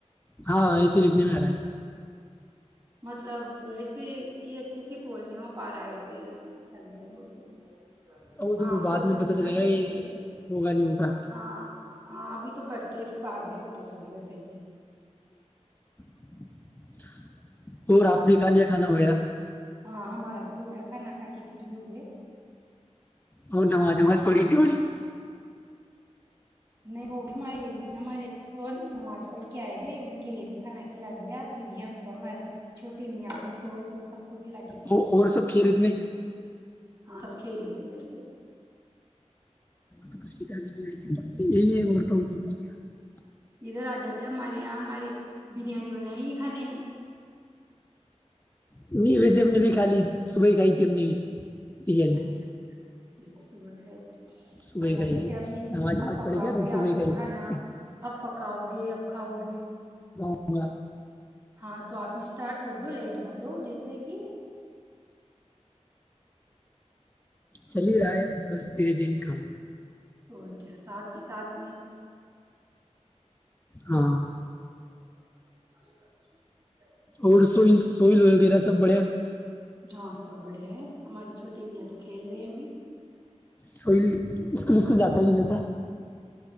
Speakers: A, on the left; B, on the right.
A: ہاں لکھنے میں آ رہا ہے
B: مطلب ایسے کہ اچھے سے کول نہیں ہو پا رہا ایسے لگ رہا ہے
A: اب وہ تو
B: ہاں
A: بعد
B: پروسیس
A: میں پتہ
B: کے
A: چلے
B: حس
A: گا
B: سے
A: یہ
B: چلا
A: ہوگا نہیں ہوگا
B: ہاں ہاں ابھی تو کرتے ہیں پھر بعد میں پتا چلے گا صحیح
A: اچھا اور آپ نے کھا لیا کھانا وغیرہ
B: ہاں ہمارا تو ہو گیا کھانا کھا کے فری ہو گئے
A: ہ نماز ماز پڑینی پڑی
B: نہیں ہوگ ہمارے ہمارے سوور نماز پڑھ کے آئے تھے ان کے لیے بھی کھانا کھلا دیا پھر ہم تو ہمارے چھوٹے میاں کو سور کو سب کو کھلا کے فری
A: وہ
B: ہوئے۔
A: اور سب کھیل اتنے
B: ہاں سب کھی رہی تھی ا گھر پہ
A: یہت
B: ادھر آجاد تھے ہمارے یہاں ہمارے بریانی بنائی گ ہی کھانے میں
A: نہیں ویسے ہم نے بھی خالی سبئی کائی تھی ای نے بھی بریانی
B: اچھا اچھا اچ تومت
A: صبح
B: بنا
A: ہی کھائی
B: جیسے
A: تھی
B: ابھی
A: نماز نماز
B: اب پکاؤ
A: پڑھے گا
B: گے
A: صبح
B: آپ
A: ہی کھائی
B: تو
A: تھی
B: کھانا اب پکاؤ گے اب کھاؤ گے
A: ہوا
B: ہاں تو آپ اسٹارٹ کر دو لیٹ م تو جیسے کہ
A: چل ہی رہا ہے ا بس دھیرے دھیرے کام
B: اور کیا ساتھ کے ساتھ میں
A: ہاں
B: <inaudible>
A: اور سوئی سوئی لوئے گ میرا سب بڑھیا
B: ہاں سب بڑھیا ہے ہماری چھوٹی میاں تو کھیل رہے ہیں بھی
A: سل اسکول اسکول جاتا تی جتا